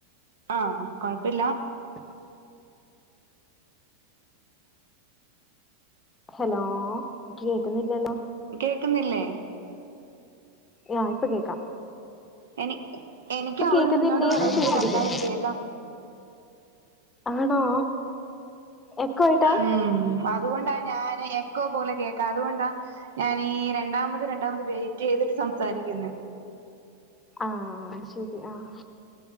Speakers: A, on the right; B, on the left.
A: ആഹ കുഴപ്പില്ല.
B: ആ ഹലോ? കേൾക്കുന്നില്ലല്ലോ?
A: കേൾക്കുന്നില്ലേ?
B: ആ ഇപ്പൊ കേക്കാം.
A: എനി എനിക്ക്
B: ഇപ്പൊ
A: അവിടുന്ന്
B: കേക്കുന്നില്ലേന്ന്
A: ഇങ്ങോട്ട് പറയുന്നത്
B: ചോദിച്ചത്
A: രണ്ടായിട്ട് കേൾക്കാം.
B: ആണോ എക്കോ ആയിട്ടാ
A: ഉം അത്കൊണ്ടാ ഞാൻ ക്കോ പോലെ കേക്കാം അതുകൊണ്ടാ ഞാൻ രണ്ടാമത് രണ്ടാമത് വെയിറ്റ് യ്തിട്ട് സംസാരിക്കുന്നേ.
B: ആഹ് ശരി ആഹ്